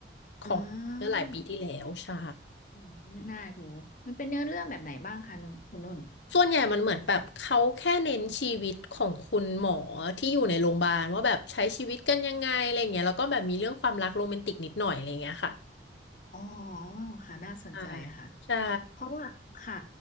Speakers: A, on the left; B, on the left.
A: ของเมื่อหลายปีที่แล้วใช่
B: อ๋ออืมน่าดูมันเป็นเนื้อเรื่องแบบไหนบ้างคะนุ่นคุณนุ่น
A: ส่วนใหญ่มันเหมือนแบบเขาแค่เน้นชีวิตของคุณหมอที่อยู่ในโรงพยาบาลว่าแบบใช้ชีวิตกันยังไงอะไรเงี้ยแล้วก็แบบมีเรื่องความรักโรแมนติกนิดหน่อยอะไรเงี้ยค่ะ
B: อ๋อค่ะน่าสนใจค่ะ
A: อ่าใช่
B: เพราะว่าค่ะ